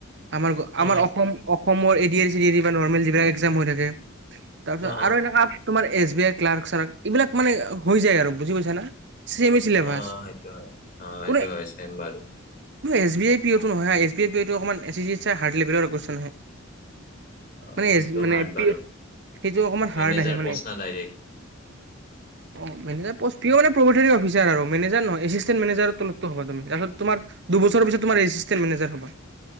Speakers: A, on the right; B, on the left.
A: আমাৰ
B: অ
A: আমাৰ অসম অসমৰ এই ডি এ চি ডি বা নৰ্মেল যিবিলাক এক্সাম হৈ থাকে তাৰপিছত
B: অ
A: আৰু এনেকা তোমাৰ এছ বি আই ক্লাৰ্ক চাৰ্ক এইবিলাক মানে হৈ যায় আৰু বুজি পাইছা না? চেমে চিলেবাছ
B: অ সেইটো হয়, অ সেইটো
A: কোনো
B: হয় চেম বাৰু।
A: এছ বি আই পিঅটো নহয় হা এছ বি আই পিঅ টো অকণমান এছ এছ চিত চাই হাৰ্ড লেভেলৰ কোৱেচন আহে।
B: অ'
A: মানে এছ
B: সেইটো
A: মানে
B: হাৰ্ড
A: পি
B: বাৰু
A: সেইটো অকমান হাৰ্ড
B: মেনেজাৰ
A: আহে মানে
B: প'ষ্ট না ডাইৰেক্ট?
A: অ মেনেজাৰ পোষ্ট প্ৰিয় মানে প্ৰভটৰ অফিচাৰ আৰু মেনেজাৰ নহয়, এচিষ্টেণ্ট মেনেজাৰৰ তলৰটো হবা তুমি, তাৰপিছত তোমাৰ দুবছৰ পাছত তোমাৰ এচিষ্টেণ্ট মেনেজাৰ হবা।